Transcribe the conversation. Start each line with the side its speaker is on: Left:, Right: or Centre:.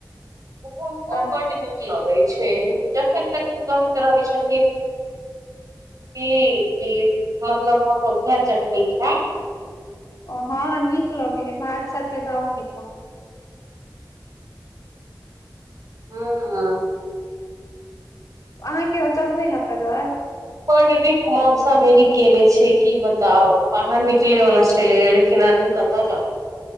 Right: हुनको
Left: तऽ
Right: बड नीक लगे छै जखन तखन कहैत रहे छथिन ठी - ठीक ठीक ह मतलब हम त उएह चटनी खायब
Left: ओ हँ नीक लगे है भात साथे तऽ आओर नीक लगे
Right: हँ
Left: अहाँके ओतअ <unintelligible>
Right: बड नीक मौसम एनी केने छै की बताउ बाहर निकलै वाल्ला चलेय लेकिन आदमी कतऽ जाउ